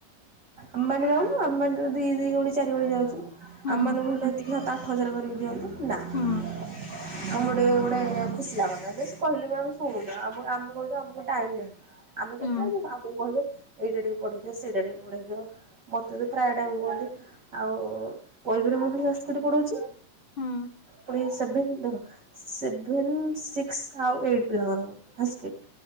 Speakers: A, on the right; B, on the left.
A: ଆମମାନେ ଯାଉନୁ ଆମମାନେ ତ ଦି ଦି ଓଳି ଚାରି ଓଳି ଯାଉଛୁ।
B: ହୁଁ
A: ଆମ ମାନଙ୍କୁ ହେଲେ ଏତିକି ସାତ ଆଠ ହଜାର କରିକି ଦିଅନ୍ତୁ ନା। ଆମକୁ
B: ହୁଁ
A: ଟିକେ ଗୋଟେ ଖୁସି ଲାଗନ୍ତା, ହେଲେ ସେ କହିଲେ ବି ଆମେ ଶୁଣୁନା ଆମ ଆମେ କୋହୁ ଯେ ଆମକୁ ଟାଇମ୍ ନାହିଁ। ଆମେ କେତେକାଳେ
B: ହୁଁ
A: ଯିବୁ, ଆମକୁ କହିବେ, ଏଇଟା ଟିକେ ପଢ଼େଇ ଦିଅ। ସେଇଟା ଟିକେ ପଢେଇ ଦିଅ। ମୋତେ ତ ପ୍ରାୟ ଟାଇମ୍ କୁହନ୍ତି। ଆଉ ୱିକ୍ ରେ ମୁଁ <unintelligible> ସାଂସକିଟ୍ ପଢଉଛି।
B: ହୁଁ
A: ପୁଣି ସେଭେନ୍ ଦେଖ ସେଭେନ୍, ସିକ୍ସ ଆଉ ଏଇଟ୍ ପିଲାଙ୍କର ସାଂସକିଟ୍।